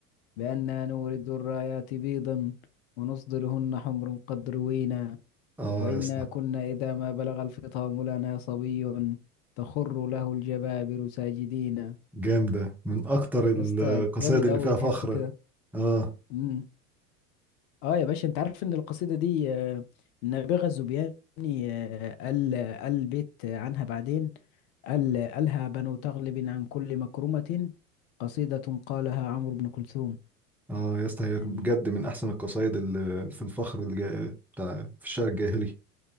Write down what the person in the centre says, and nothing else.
اه
يا اسطى
جامدة من أكتر
القصائد
اللي
فيها
فخر
اه
اه يا اسطى هي
بجد من أحسن القصائد اللي في الفخر اللي جا- بتاع في الشعر الجاهلي